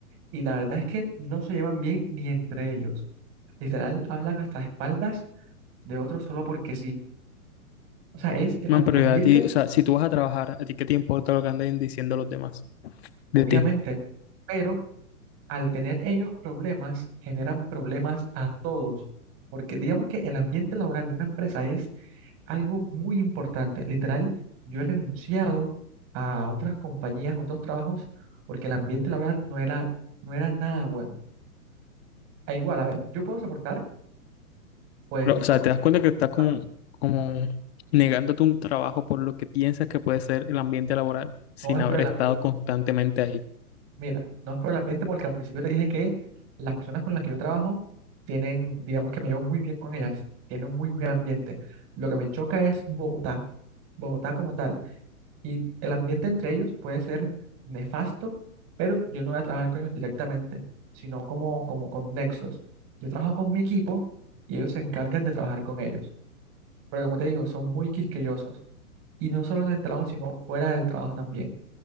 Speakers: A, on the right; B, on the left.
A: y la verdad es que no se llevan bien ni entre ellos. Literal, hablan hasta espaldas de otros solo porque sí. O sea, es el,
B: Man,
A: a-
B: pero
A: el ambiente,
B: ya a ti, o sea, si tú vas a trabajar, ¿a ti qué te importa lo que anden diciendo los demás de
A: obviamente,
B: ti?
A: pero al tener ellos problemas, generan problemas a todos. Porque digamos que el ambiente laboral en una empresa es algo muy importante. Literal, yo he renunciado a otras compañías, a otros trabajos, porque el ambiente laboral no era, no era nada bueno. A igual, a ver, yo puedo soportar, pues,
B: Pero,
A: y
B: o
A: por
B: sea, te das cuenta que estás como,
A: a mí
B: como negándote un trabajo por lo que piensas que puede ser el ambiente laboral sin
A: no es
B: haber
A: por el
B: estado
A: ambiente.
B: constantemente ahí.
A: Mira, no es por el ambiente porque al principio te dije que las personas con las que yo trabajo tienen, digamos que me llevo muy bien con ellas, tienen un muy buen ambiente. Lo que me choca es Bogotá, Bogotá como tal. Y el ambiente entre ellos puede ser nefasto, pero yo no voy a trabajar con ellos directamente, sino como, como con nexos. Yo trabajo con mi equipo y ellos se encargan de trabajar con ellos. Pero como te digo, son muy quisquillosos. Y no solo en el trabajo, sino fuera del trabajo también.